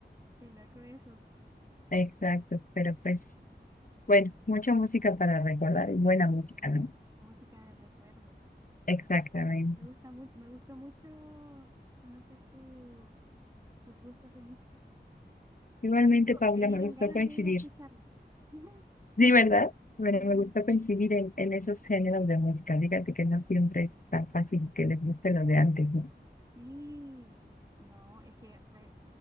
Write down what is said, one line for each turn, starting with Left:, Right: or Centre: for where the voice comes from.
Right: Qué loco eso.
Left: Exacto, pero pues, bueno, mucha música para recordar y buena música,
Right: Y
Left: ¿no?
Right: música del recuerdo.
Left: Exactamente.
Right: Me gusta mu- me gustó mucho conocer tu- tus gustos de música.
Left: Igualmente,
Right: Yo,
Left: Paula,
Right: me dieron
Left: me gustó
Right: ganas
Left: coincidir.
Right: de ir a escucharla. <laughs>
Left: Sí, ¿verdad? Bueno,
Right: Sí,
Left: me gustó coincidir en, en esos géneros de música. Fíjate que no siempre es tan fácil que les guste lo de antes, ¿no?
Right: sí. No, es que re-